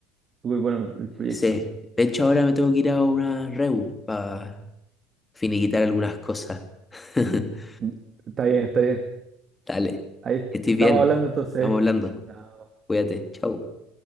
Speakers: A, on the right (about 40°); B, on the left (about 15°).
A: súper bueno el proyecto.
B: sí. De hecho, ahora me tengo que ir a una reu para finiquitar algunas cosas. <laughs>
A: Mm, Está bien, está bien.
B: Dale,
A: Ahí
B: que estés
A: estamos
B: bien.
A: hablando entonces.
B: Estamos hablando.
A: Chao.
B: Cuídate, chao.